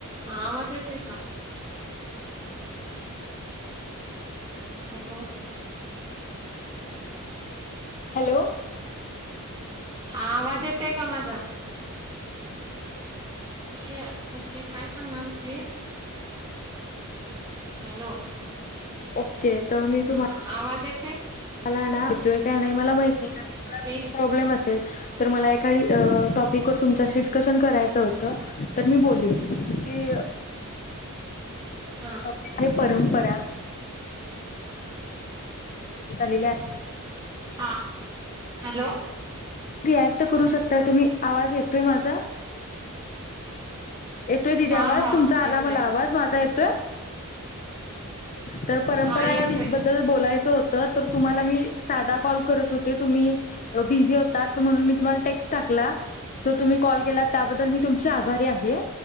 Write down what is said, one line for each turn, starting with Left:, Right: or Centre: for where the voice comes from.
Right: हा आवाज येत आहे का हॅलो
Left: हॅलो
Right: हा आवाज येतय का माझा मी म्हणजे काय सांगणार होते हॅलो
Left: ओके तर मी
Right: हा
Left: तुम्हा
Right: आवाज येतोय?
Left: काय नाही मला माहित नाही कारण तुम्हाला
Right: मी
Left: रें प्रॉब्लेम असेल तर मला एखा टॉपिकवर तुमच्यास डिस्कशन करायचं होतं तर मी बोललीन की
Right: हा
Left: की परंपरा तलीला
Right: हा हॅलो
Left: रिॲक्ट करू शकताय तुम्ही आवाज येतोय माझा येतोय दीदी
Right: हा
Left: आवाज
Right: हा
Left: तुमचा
Right: येतोय
Left: आला मला आवाज माझा येतोय तर परंपरा
Right: हा येतोय.
Left: याल बोलायचं होत तर तुम्हाला मी साधा कॉल करत होते तुम्ही बिझी म्हणून मी तुम्हाला टेक्स्ट टाकला सो तुम्ही कॉल केलात त्याबद्दल मी तुमचे आभारी आहे